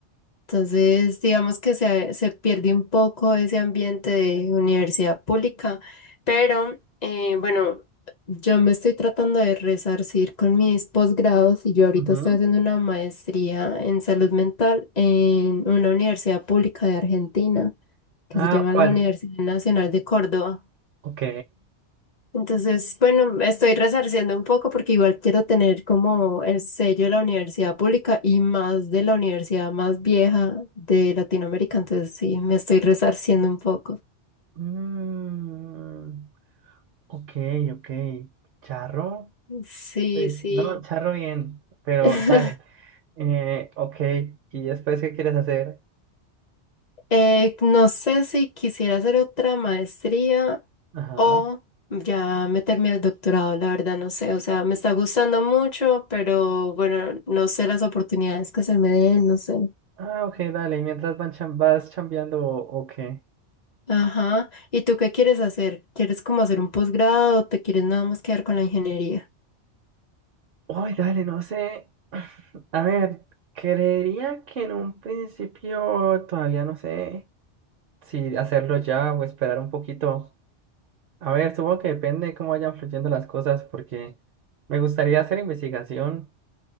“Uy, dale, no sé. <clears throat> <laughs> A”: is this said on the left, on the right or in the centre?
Right